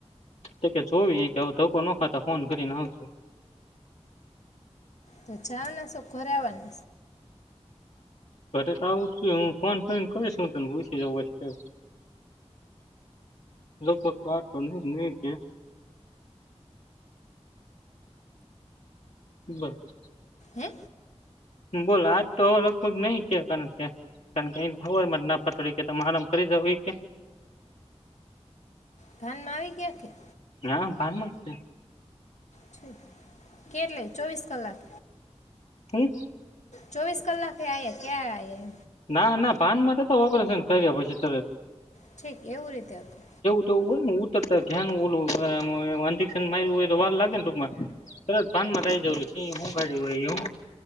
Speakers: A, on the left; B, on the left.
A: તો કે જોવી કે આવ ધક્કો નખાતા ફોન કરીને આવજો.
B: તો જવાના સો કે ઘરે અવાના.
A: ઘરે તો આવું છું હું ફોન કરીને કહીશ હુ તને પૂછી જવું લોકો આ તો નહી નહી કે. બસ.
B: હે
A: બોલો આજ તો લગભગ નઈ કે કારણ કે કારણ એ ખબરમાં જ ના પતડી કે તમે આરામ કરી જાવ એ કે.
B: ભાનમાં આવી ગયા કે.
A: હા ભાનમાં છે.
B: ઠીક. કેટલે ચોવીસ કલાક
A: હે
B: ચોવીસ કલાકે આ ક્યાં આ.
A: ના ના ભાન માં તો હતો, ઓપરેશન કર્યા પછી તરત.
B: ઠીક એવું રીતે હતું.
A: તો હોય ને ઉતરતા ધ્યાન ઓલું અધિક માર હોય તો વા લાગે ને ટૂંકમાં, તરત ભાન માં રાઈ જવ હું ગાઢ હોય એું.